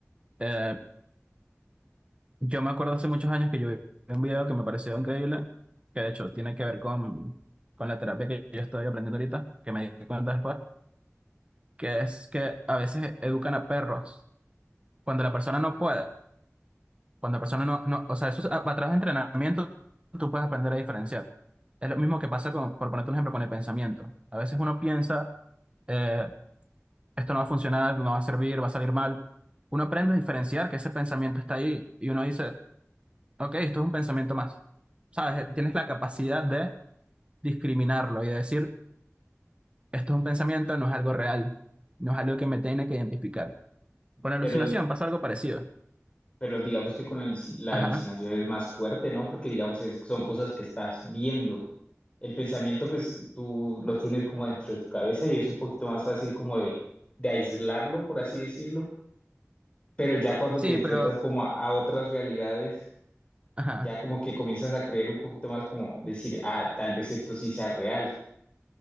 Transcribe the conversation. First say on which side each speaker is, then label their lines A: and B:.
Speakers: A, on the right; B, on the left.
A: eh, Yo me acuerdo hace muchos años que yo vi un video que me pareció increíble, que de hecho tiene que ver con, con la terapia que yo estoy aprendiendo ahorita, que me di cuenta después, que es que a veces educan a perros cuando la persona no puede, cuando la persona no, no, o sea, eso es- a, a través de entrenamiento tú puedes aprender a diferenciar. Es lo mismo que pasa con, por ponerte un ejemplo, con el pensamiento. A veces uno piensa, eh, esto no va a funcionar, no va a servir, va a salir mal. Uno aprende a diferenciar que ese pensamiento está ahí y uno dice, ok, esto es un pensamiento más. ¿Sabes? Tienes la capacidad de discriminarlo y de decir, esto es un pensamiento, no es algo real, no es algo que me tiene que identificar. Con alucinación
B: Pero,
A: pasa algo parecido.
B: pero digamos que con la, aluci- la
A: Ajá.
B: alucinación es más fuerte, ¿no? Porque, digamos, es- son cosas que estás viendo. El pensamiento, pues tú lo tienes como dentro de tu cabeza y es un poquito más fácil como de, de aislarlo, por así decirlo. Pero ya cuando
A: Sí,
B: te enfrentas
A: pero,
B: como a, a otras realidades,
A: ajá.
B: ya como que comienzas a creer un poquito más como decir, ah, tal vez esto sí sea real.